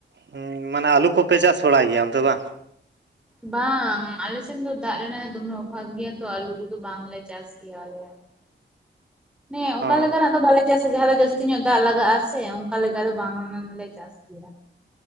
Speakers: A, on the right; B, in the centre.
A: ᱦᱮ ᱢᱟᱱᱮ ᱟᱞᱩ ᱠᱚᱯᱮ ᱪᱟᱥ ᱵᱟᱲᱟᱭ ᱜᱮᱭᱟ ᱚᱱᱛᱮ ᱵᱟᱝ?
B: ᱵᱟᱝ ᱟᱞᱮᱥᱮᱱ ᱫᱚ ᱫᱟᱜ ᱨᱮᱱᱟᱜ ᱫᱚᱢᱮ ᱚᱵᱷᱟᱵ ᱜᱮᱭᱟ ᱛᱚ ᱟᱞᱩ ᱠᱚᱫᱚ ᱵᱟᱝᱞᱮ ᱪᱟᱥ ᱾ ᱜᱮᱭᱟ ᱞᱮ ᱾
A: <inaudible>
B: ᱱᱮᱸ ᱚᱱᱠᱟ
A: ᱚ
B: ᱞᱮᱠᱟᱱᱟᱜ ᱫᱚ ᱵᱟᱞᱮ ᱪᱟᱥ ᱡᱟᱦᱟᱸ ᱫᱚ ᱡᱟᱹᱥᱛᱤ ᱧᱚᱜ ᱫᱟᱜ ᱞᱟᱜᱟᱜᱼᱟ ᱥᱮ, ᱚᱱᱠᱟ ᱞᱮᱠᱟ ᱫᱚ ᱵᱟᱝ ᱞᱮ ᱪᱟᱥ ᱜᱮᱭᱟ᱾